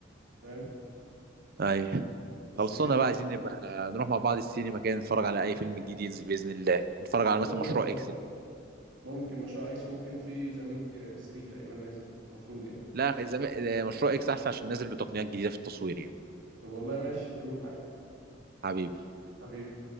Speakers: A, on the right (about 75°); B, on the right (about 50°).
A: فاهم
B: ايوه
A: بس
B: خلصونا
A: جامد
B: بقى عايزين نبقى نروح مع بعض السينما كده نتفرج على اي فيلم جديد ينزل باذن الله نتفرج على
A: نروح
B: مثلا مشروع
A: والله
B: اكس
A: ممكن مشروع اكس وممكن في ذا ميج 3 تقريبا نازل المفروض يعني
B: لا زمان مشروع اكس احسن عشان نازل بتقنيات جديده في التصوير يعني
A: طب والله ماشي نروح عادي
B: حبيبي
A: حبيبي